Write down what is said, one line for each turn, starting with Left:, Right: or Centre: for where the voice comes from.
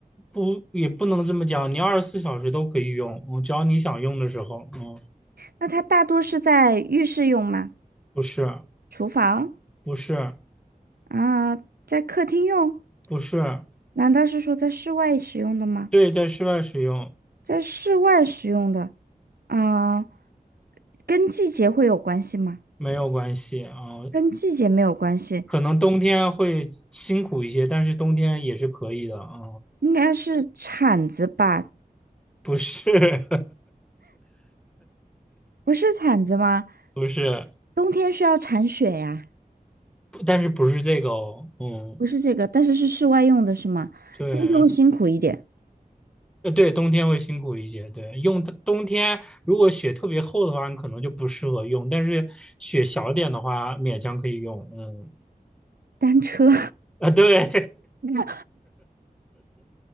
Centre: 不也不能这么讲，你二十四小时都可以用，嗯只要你想用的时候。嗯，
Right: 那它大多是在浴室用吗？
Centre: 不是
Right: 厨房
Centre: 不是
Right: 啊，在客厅用？
Centre: 不是，
Right: 难道是说在室外使用的吗？
Centre: 对，在室外使用
Right: 在室外使用的，啊、跟季节会有关系吗？
Centre: 没有关系啊、
Right: 跟季节没有关系，
Centre: 可能冬天会辛苦一些，但是冬天也是可以的啊、
Right: 应该是铲子吧？
Centre: 不是。
Right: 不是铲子吗？
Centre: 不是，
Right: 冬天需要铲雪呀，
Centre: 但是不是这个哦，嗯，
Right: 不是这个，但是是室外用的是吗？
Centre: 对，
Right: 冬天会辛苦一点。
Centre: 呃，对，冬天会辛苦一些，对，用它冬天如果雪特别厚的话，你可能就不适合用，但是雪小点的话，勉强可以用，嗯，
Right: 单车，
Centre: 啊，对，
Right: <laughs> 嗯，